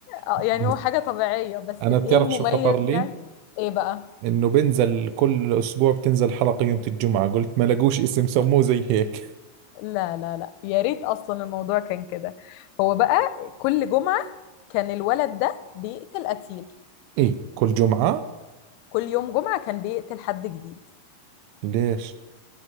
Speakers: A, on the left; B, on the right.
A: آه
B: بس
A: يعني هو حاجة طبيعية بس
B: انا
A: ايه
B: بتعرف
A: المميز
B: شو خطر لي
A: يعني ايه بقى
B: انه بنزل كل اسبوع بتنزل حلقة يوم الجمعة قلت ما لقوش اسم سموه زي هيك
A: لا لا لا يا ريت اصلا الموضوع كان كده هو بقى كل جمعة كان الولد ده بيقتل قتيل
B: ايه كل جمعة
A: كل يوم جمعة كان بيقتل حد جديد
B: ليش